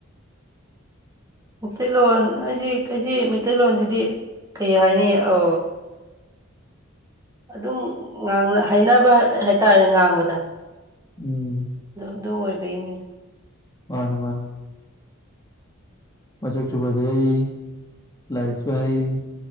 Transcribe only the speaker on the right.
ꯃꯩꯇꯩꯂꯣꯟ ꯍꯥꯏꯖꯤ ꯀꯩꯁꯤ ꯃꯩꯇꯩꯂꯣꯟꯁꯤꯗꯤ ꯀꯩ ꯍꯥꯏꯅꯤ ꯑ ꯑꯗꯨꯝ ꯉꯥꯡ ꯍꯥꯏꯅꯕ ꯍꯥꯏꯇꯥꯔꯦ ꯉꯥꯡꯕꯗ
ꯑꯗꯨ ꯑꯣꯏꯕꯩꯅꯤꯗ